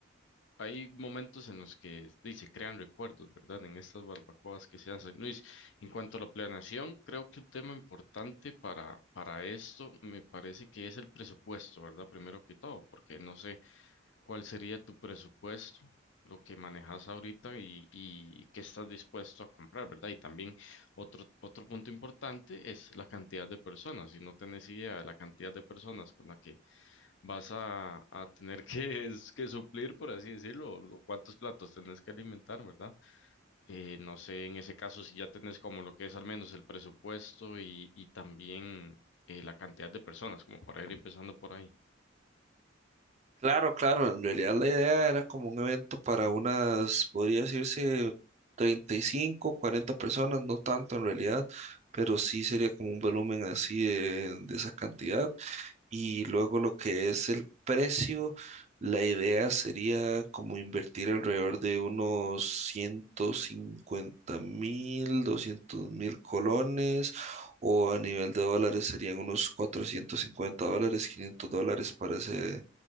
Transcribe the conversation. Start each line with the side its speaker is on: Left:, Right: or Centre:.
Left: hay momentos en los que di, se crean recuerdos, ¿verdad? En estas barbacoas que se hacen. Luis, en cuanto a la planeación, creo que un tema importante para, para esto me parece que es el presupuesto, ¿verdad? Primero que todo, porque no sé cuál sería tu presupuesto, lo que manejas ahorita y, y qué estás dispuesto a comprar, ¿verdad? Y también otro, otro punto importante es la cantidad de personas. Si no tenés idea de la cantidad de personas con la que vas a, a tener que, es- que suplir, por así decirlo, o cuántos platos tenés que alimentar, ¿verdad? Eh, no sé, en ese caso, si ya tenés como lo que es al menos el presupuesto y, y también eh, la cantidad de personas, como para ir empezando por ahí.
Right: Claro, claro, en realidad la idea era como un evento para unas, podría decirse, 35, 40 personas, no tanto en realidad, pero sí sería como un volumen así de, de esa cantidad. Y luego lo que es el precio, la idea sería como invertir alrededor de unos ciento cincuenta mil, doscientos mil colones, o a nivel de dólares serían unos 450 dólares, 500 dólares para ese